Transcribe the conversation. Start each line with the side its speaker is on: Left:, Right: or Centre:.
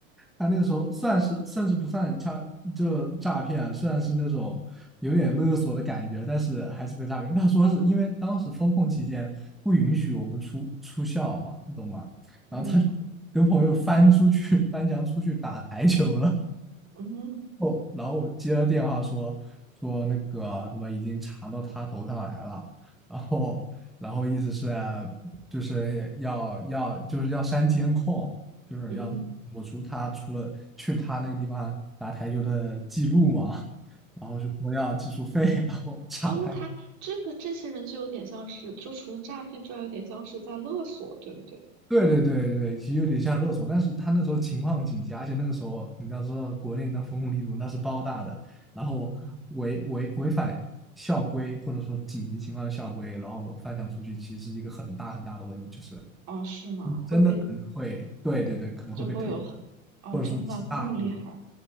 Centre: 他那个时候算是甚至不算诈，就诈骗啊，虽然是那种有点勒索的感觉，但是还是被诈骗。他说是因为当时封控期间不允许我们出出校嘛，你懂吗？然后他就跟朋友翻出去，
Right: 嗯
Centre: 翻墙出去打台球了。
Right: 嗯
Centre: 后，然后接了电话说说那个什么已经查到他头上来了，然后然后意思是啊就是要要就是要删监控，就是要抹除他除了去他那个地方打台球的记录嘛，
Right: 嗯，
Centre: <laughs> 然后是说要技术费，然后查他
Right: 哦，那他这个这些人就有点像是，就除了诈骗之外，有点像是在勒索，对不对？
Centre: 对对对对，其实有点像勒索，但是他那时候情况紧急，而且那个时候你要知道国内那风控力度那是包大的，然后违违违反校规或者说紧急情况的校规，然后翻墙出去，其实是一个很大很大的问题，就是
Right: 哦，是吗？会被
Centre: 真的可能会，对对对，可能会被退学，
Right: 就会有很哦，
Centre: 或者说极大。
Right: 真的这么厉害啊？